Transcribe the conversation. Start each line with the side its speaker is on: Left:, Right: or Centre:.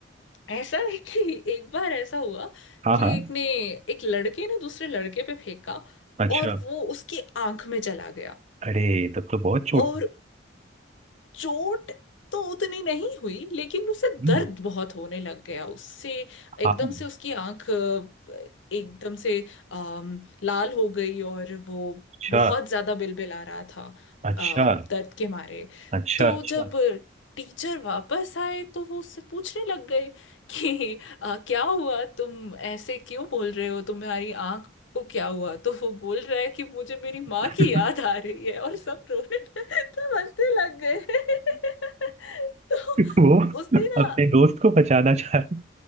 Left: ऐसा है कि एक बार ऐसा हुआ
Right: हाँ
Left: कि
Right: हाँ
Left: एक ने एक लड़के ने दूसरे लड़के पे फेंका
Right: अच्छा
Left: और वो उसकी आंख में चला गया
Right: अरे तब तो बहुत चोट
Left: और चोट तो उतनी नहीं हुई लेकिन उसे
Right: हम्म,
Left: दर्द बहुत होने लग गया उससे एकदम
Right: हाँ
Left: से उसकी आंख अ, एकदम से अम, लाल हो गई और वो
Right: अच्छा
Left: बहुत ज्यादा बिलबिला रहा था
Right: अच्छा
Left: अ, दर्द के मारे
Right: अच्छा
Left: तो
Right: अच्छा
Left: जब टीचर वापस आए तो वो उससे पूछने लग गए कि अ, क्या हुआ तुम ऐसे क्यों बोल रहे हो तुम्हारी आंख वो क्या हुआ तो वो बोल रहा है कि मुझे मेरी माँ
Right: <laughs>
Left: की याद आ रही है और सब रोने <laughs> लगे, सब हंसने लग गए <laughs> तो
Right: वो
Left: उसने ना
Right: अपने दोस्त को बचाना चाह रहा